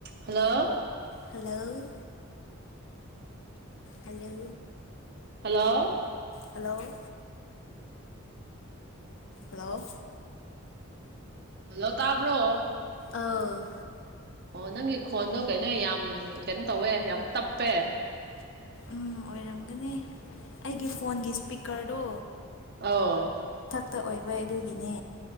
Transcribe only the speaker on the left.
hello hello
hello hello
ꯑꯧ
ꯎꯝ ꯑꯣꯏꯔꯝꯒꯅꯤ ꯑꯩꯒꯤ ꯐꯣꯟꯒꯤ ꯏꯁꯄꯤꯀꯔꯗꯣ
ꯇ ꯑꯣꯏꯕ ꯑꯗꯨꯒꯤꯅꯦ